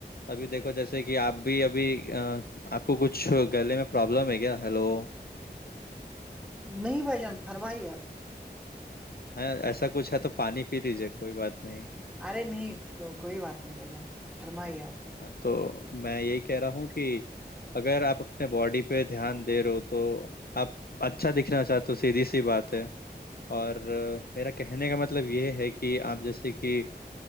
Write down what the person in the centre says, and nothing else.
نہیں بھجن فرمائیے آپ
ارے نہیں کوئی بات نہیں بھ جان فرمائیے آپ